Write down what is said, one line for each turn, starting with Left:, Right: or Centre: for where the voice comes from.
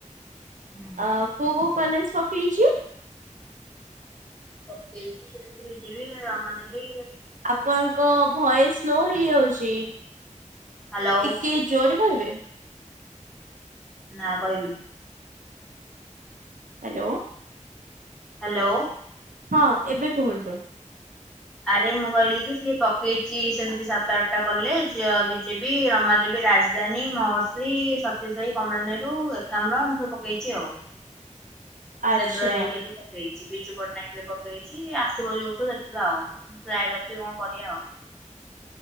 Centre: ହୁଁ
Right: ଆ କୋଉ କୋଉ କଲେଜ। ପକେଇଛି।
Centre: ପକେଇଛି ଯେମିତି ବିଜେପି ରମା ଦେବୀ।
Right: ଆପଣଙ୍କ ଭଏସ ସ୍ଲୋ ହେଇଯାଉଛି
Centre: ହ୍ୟାଲୋ
Right: ଟିକେ ଜୋରେ କହିବେ।
Centre: ନା କହିବିନି।
Right: ହ୍ୟାଲୋ।
Centre: ହ୍ୟାଲୋ।
Right: ହଁ ଏବେ କୁହନ୍ତୁ।
Centre: ଆରେ ମୁଁ କହିଲି କି ସିଏ ପକେଇଛି ସେମିତି ସାତ ଆଠଟା କଲେଜ ଆ ବିଜେପ ରମାଦେବୀ ରାଜଧାନୀ ମହର୍ଷି ସତ୍ୟସାହି କମଳାନେହେରୁ ଏକାମ୍ର ଏମିତ ସବୁ ପକେଇଛି ଆଉ।
Right: ଆଚ୍ଛା।
Centre: ଫେବୃୁଆାରୀ ଏକ ରୁ ପକେଇଛି ବିଜୁ ପଟ୍ଟନାୟକ ବି ପକେଇଛି ଆସିବ ଯୋଉଠୁ ଦେଖିବା ଆଉ <inaudible> ବି କଣ କରିବା ଆଉ।